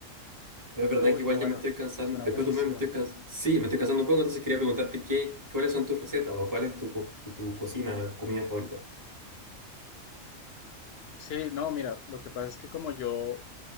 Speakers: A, on the right (about 15°); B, on the left (about 60°).
A: Pero es verdad
B: Uy,
A: que igual
B: qué bueno,
A: ya me estoy cansando,
B: suena
A: después
B: buenísimo.
A: de un mes me estoy cansando, sí, me estoy cansando un poco, entonces quería preguntarte qué, cuáles son tus recetas o cuál es tu, co- tu cocina, comida favorita.
B: Sí, no, mira, lo que pasa es que como yo